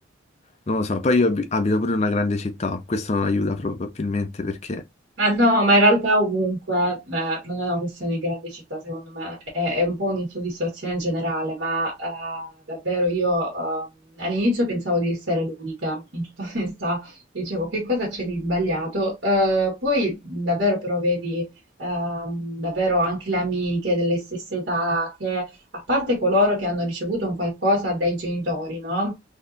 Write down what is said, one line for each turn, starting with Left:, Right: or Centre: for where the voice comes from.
Left: non lo so, poi io abi- abito pure in una grande città, questo non aiuta probabilmente perché...
Right: Ma no, ma in realtà ovunque, eh, non è una questione di grandi città, secondo me, è, è un po' un'insoddisfazione generale, ma eh, davvero io ehm, all'inizio pensavo di essere l'unica, in tutta <laughs> onestà, dicevo che cosa c'è di sbagliato, Eh, poi mhmm, davvero però vedi ehm, davvero anche le amiche delle stesse età, che a parte coloro che hanno ricevuto un qualcosa dai genitori, no?